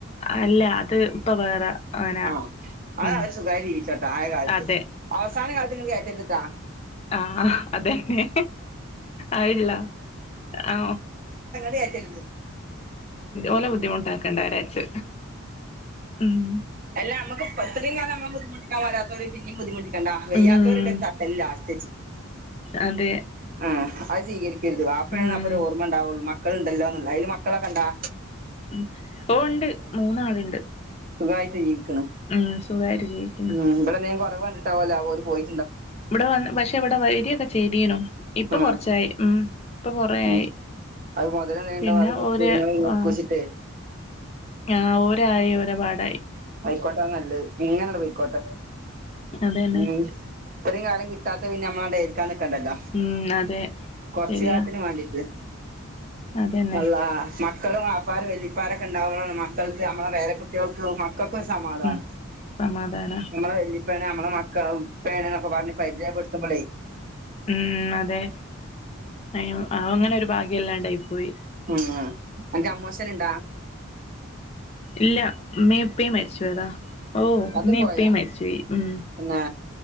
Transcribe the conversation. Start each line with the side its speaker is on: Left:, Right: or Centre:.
Left: അല്ല അത് ഇപ്പൊ വേറെ. അങ്ങനെ
Right: ആഹ, അതവര്
Left: ഉം
Right: സുഖായിട്ട് ജീവിച്ചോട്ടെ, ആയ കാലത്ത്,
Left: അതെ
Right: അവസാന കാലത്ത് നിങ്ങ കേറ്റർത്ട്ടാ.
Left: ആഹ, അതെന്നെ. അയില്ല, ആ..
Right: കേറ്റരുത്.
Left: ഓലെ ബുദ്ധിമുട്ടാക്കേണ്ടാരാച്ചു. ഉം
Right: അല്ല, നമക്ക് എത്രയും കാലം നമ്മ ബുധിമുട്ടിക്കാൻ വരാത്തവർ പിന്നും ബദ്ധിമുട്ടിക് കണ്ട, വയ്യാത്തവരുന്റെ
Left: ഉം
Right: ഒരു തട്ടല് ലാസ്റ്റ് വെച്ചിട്ട്
Left: അതെ.
Right: ആ അത് സ്വീകരിക്കരുത്. വാപ്പണെന്ന്
Left: ഉം
Right: അപ്പരോർമ ഉണ്ടാവുള്ളൂ, മക്കളൾുണ്ടല്ലോന്ന, അതില് മക്കളൊക്കെ ഇണ്ടാ?
Left: ഉം ഓണ്ട് മൂന്നാളുണ്ട്.
Right: സുഖായിട്ട് ജീവിക്ക്ണ്
Left: ഉം സുഖായിട്ട് ജീവിക്കുന്നു
Right: ഉം, ഇവിടെന്തെങ്കിലും കുറവ് കണ്ടിട്ടാവല്ലോ അവര് പോയി
Left: ഇവിടെ വന്ന്, പക്ഷെ ഇവിടെ വരിയൊക്കെ ചെയ്തിനു. ഇപ്പൊ
Right: ഉം
Left: കൊറച്ചായി. ഉം. ഇപ്പൊ കൊറയായി.
Right: ഉം അത് മുതലെന്തെങ്കിലും
Left: പിന്നെ
Right: ഉണ്ടാവും അത് കൊടുക്കും
Left: ഓര്...
Right: ഇങ്ങനെ കൊടുക്കുവെച്ചിട്ട്
Left: ആ. ആഹ് ഓരായി! ഓരപാടായി.
Right: പൈക്കോട്ട നല്ലത്. എങ്ങനണ്ട് പൈക്കോട്ടെ.
Left: അതന്നെ
Right: ഉം. ഇത്രയും കാലം കിട്ടാത്തെ, പിന്നെ നമ്മളാണ്ട് ഏൽക്കാ നിക്കണ്ടല്ല.
Left: ഉം അതെ
Right: കൊറച്ച
Left: ശരിയാ
Right: കാലത്തിന് വേണ്ടിയിട്ട്.
Left: അതന്നെ
Right: അള്ളാ, മ മക്കളും ബാപ്പര് വെല്ലിപ്പാരൊക്കെ ഉണ്ടാവുമ്പോളാണ് മക്കൾക്ക്, നമ്മളെ പേരകുട്ടികൾക്ക് മ പ്പൊര് സമാധാനം
Left: ഉം സമാധാന
Right: നമ്മള വെല്ലി പ്പന നമ്മള മക്കള പ്പേണ് ന്നൊക്ക പർഞ്ഞ് പര്ചയ്പ്പെട്ത്തുമ്പോളേ
Left: ഉം അതെ അ അങ്ങനെ ഒരു ഭാഗ്യല്ലാണ്ടായി പോയ്
Right: ആ അൻക്ക് അമ്മോശന് ണ്ടാ
Left: ഇല്ല ഇമ്മേം ഉപ്പേം മര്ച്ചോയതാ ഓ
Right: അതും
Left: മ്മേം
Right: പോയാ
Left: പ്പേയ് മര്ച്ചോയി ഉം
Right: പിന്നെ